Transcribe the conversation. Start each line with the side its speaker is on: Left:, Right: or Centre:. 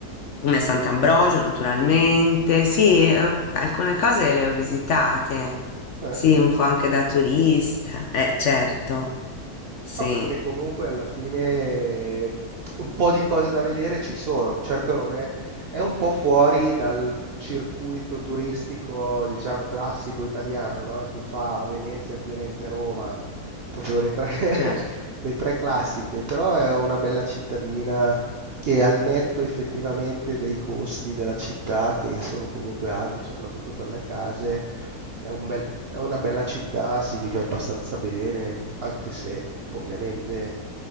Left: mh, Sant'Ambrogio naturalmente. Sì, eh, alcune cose le ho visitate.
Right: vabbè.
Left: Sì, un po' anche da turista. Eh, certo. Sì,
Right: Ma perché comunque alla fine un po' di cose da vedere ci sono, certo non è, è un po' fuori dal circuito turistico, diciamo, classico italiano, no? Che fa Venezia, Firenze, Roma, proprio le tre, <laughs>
Left: certo,
Right: le tre classiche, però è una bella cittadina e al netto effettivamente dei costi della città che sono comunque alti, soprattutto per le case, è un bel- è una bella città, si vive abbastanza bene, anche se ovviamente